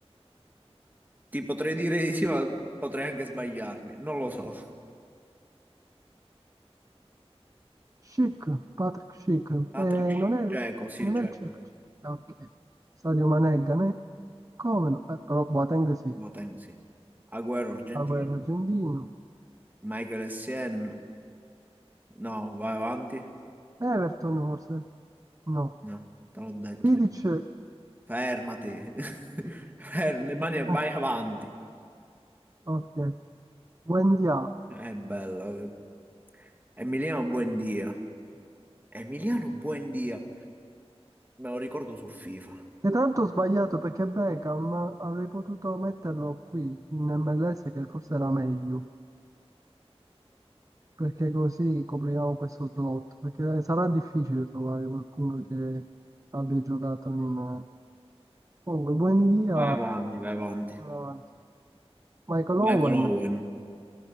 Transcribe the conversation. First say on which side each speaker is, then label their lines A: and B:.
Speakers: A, on the right (about 15°); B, on the right (about 30°).
A: Ti potrei dire di sì, ma potrei anche sbagliarmi. Non lo so.
B: Schick, Patrick Schick,
A: Patrick
B: Eh,
A: Schick,
B: non è,
A: cieco, sì,
B: non
A: cieco.
B: è Cech- eh, ok, Sadio Mané è Ghanè? come no? Eh, però Boateng sì,
A: Boateng, sì. Agüero, argentino.
B: Agüero argentino,
A: Michael Essien, no, vai avanti.
B: Everton forse, no,
A: No, te l'ho detto.
B: Vidic,
A: io.
B: eh,
A: Fermati. <laughs> Ferm- le mani e vai
B: <laughs>
A: avanti.
B: ok, Wendia,
A: È bello. Emiliano Buendia. Emiliano Buendia. Me lo ricordo su FIFA.
B: che tra l'altro ho sbagliato perché Beckham avrei potuto metterlo qui in MLS che forse era meglio, perché così copriamo questo slot, perché sarà difficile trovare qualcuno che abbia giocato in... Comunque, buon dia,
A: Vai avanti, vai avanti.
B: avanti. Michael
A: Michael
B: Owen,
A: Owen.